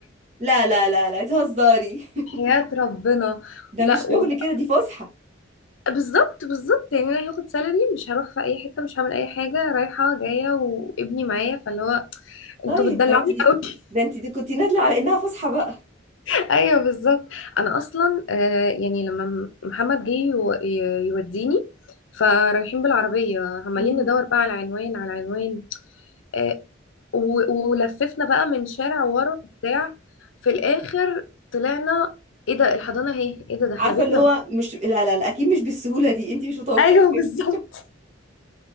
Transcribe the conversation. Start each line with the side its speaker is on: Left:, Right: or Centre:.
Right: لا لا لا لا تهزري <laughs>
Left: حياة ربنا
Right: ده
Left: لا
Right: مش شغل
Left: و...
Right: كده دي فسحه
Left: بالظبط بالظبط يعني انا هاخد سالري مش هروح في اي حتة مش هعمل اي حاجة رايحة جاية وابني معايا فاللي هو
Right: طيب
Left: انتوا بتدلعوني
Right: ده انت
Left: قوي
Right: ده انت كنت نازله على انها فسحه بقى
Left: <laughs> ايوه بالظبط انا اصلا آه يعني لما م- محمد جه يو- ي- يوديني فرايحين بالعربية عمالين
Right: امم
Left: ندور بقى على عنوان على عنوان آه، و- ولففنا بقى من شارع ورا بتاع في الاخر طلعنا ايه ده الحضانه اهي ايه ده ده احنا
Right: عارفه
Left: بيتنا
Right: اللي هو
Left: أهو.
Right: مش لا لا لا اكيد مش بالسهوله دي انت مش متوقعه
Left: ايوه
Right: كده
Left: بالظبط